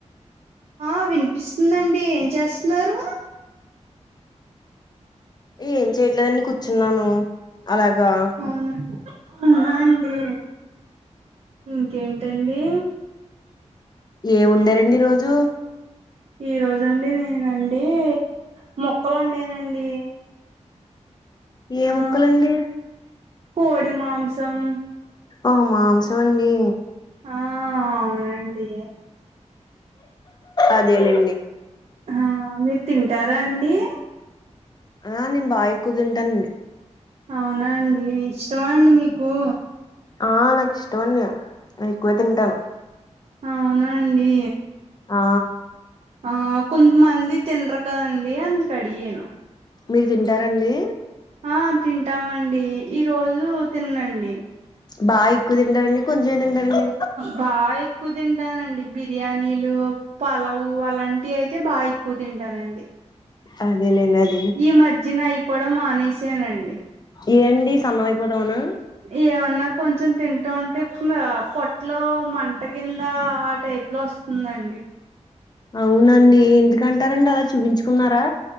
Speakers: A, on the right; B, on the left.
A: ఆ వినిపిస్తుందండి, ఏం చేస్తున్నారు?
B: ఏం చేయట్లేదండి, కూర్చున్నాను అలాగా.
A: అవునా అవునా అండి, ఇంకేంటండి?
B: ఏ వండారండి ఈరోజూ?
A: ఈ రోజండి నేనండి మొక్కలు వండానండి
B: ఏ
A: ఆ
B: ముక్కలండీ
A: కోడి మాంసం
B: ఆ మాంసం అండీ
A: ఆ అవునండీ ఇగ
B: అదేలే అండి
A: హా మీరు తింటార అండి
B: ఆ నేను బాగ ఎక్కువ తింటాను అండి
A: అవున అండి ఇష్టం అండి మీకు
B: ఆ నాకు ఇష్టం అండి నేను ఎక్కువ తింటాను
A: అవునండి
B: ఆ
A: ఆ కొంతమంది తినరు కదా అండి అందుక్ అడిగాను
B: మీర్ తింటారండి
A: ఆ తింటామండీ ఈ రోజూ తిన్నండి
B: బాగ ఎక్కువ తింటారండి కొంచమె తింటారండి
A: బాగ ఎక్కువ తింటానండి బిర్యానీలు పోలావు అలాంటి అయితే బాగా ఎక్కువ తింటానండి
B: అదే లే అండి అద్
A: ఈ మద్యన అయి కూడ మానేసానండి
B: ఏ అండి సన్నం అయిపోదామనా
A: ఏమన్నా కొంచెం తింటా ఉంటే పొట్లో మంట కింద ఆ టైప్ లో వస్తుందండి
B: అవునండి ఎందుకంటారండి అలా చూపించుకున్నారా